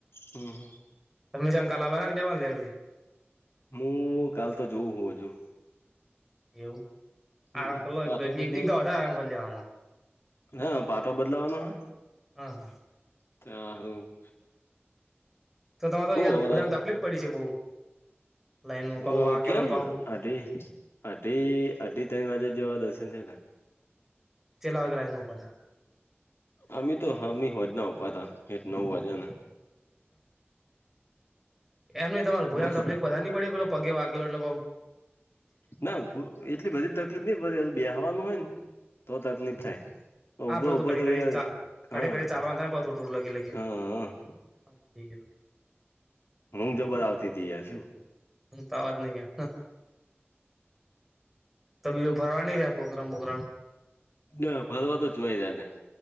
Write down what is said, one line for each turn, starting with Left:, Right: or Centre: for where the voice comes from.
Left: હમ્મ હમ્મ.
Centre: તમે જેમ કાલા બનાવી લેમ લેવી.
Left: હું કાલ તો જોઉ હું હજું.
Centre: એવું
Left: હમ
Centre: આરામ કરી લો <inaudible>
Left: પાટો બદલાવાનો
Centre: વધારે આરામ કરી લેવાનો.
Left: હા પાટો બદલાવાનો હે?
Centre: હા.
Left: ત્યાં એવું.
Centre: તો તમારે યાર
Left: હવે
Centre: ઉભુંરાન
Left: રાશિ
Centre: તકલીફ પડી છે બઉ, લાઈન પઉ
Left: અ
Centre: વાકેેલું
Left: કેમ
Centre: પઉ.
Left: અઢી, અઢી અઢી ત્રણ વાગે જેવા દર્શન થયા હતા.
Centre: કેટલા વગ લાઇન મ ઉભા હતા?
Left: અમ તો હામી હોજના ઊભા તા એક નવ વાજગ ના.
Centre: એમ નઈ તમાર ઉભો
Left: બસ
Centre: રેવા મ તકલીફ બધાની પડે પેલો પગે વાગેલો એટલે બહું.
Left: ના એટલી બધી તકલીફ નહી પડે હજ બે હવાનું હોય ને તો તકલીફ થાય.
Centre: હા
Left: ઉભો
Centre: આપડું
Left: ઉભો
Centre: તો ઘડી ઘડી
Left: યાર
Centre: ચા
Left: હા
Centre: ઘડી ઘડી ચાલવાનું થાય ને બવ થો થૂું લગી લગી.
Left: હા
Centre: સમજી ગયો.
Left: ઉગ જબર આવતી તી યાર શું.
Centre: ઉગ તો આવાજ નઈ ગયા, તો બીજું ફરવા નઈ ગયા પ્રોગ્રમ પ્રોગ્રણ?
Left: ના ભરવા તો જોઈ રહ્યા નહી.